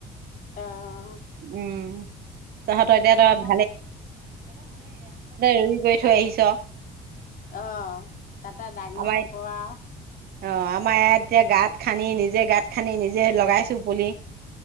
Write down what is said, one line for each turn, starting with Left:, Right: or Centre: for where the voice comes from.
Left: আহ
Right: উম তহঁতৰ এতিয়া ত
Left: আহ
Right: ৰুই কৰি
Left: ভালে
Right: থৈ আহিছ
Left: আহ তাতে ডাঙৰ
Right: আমাৰ
Left: হ'ব আ
Right: অ আমাৰ ইয়াত এতিয়া গাঁত খান্দি নিজে গাঁত খান্দি নিজে লগাইছো পুলি।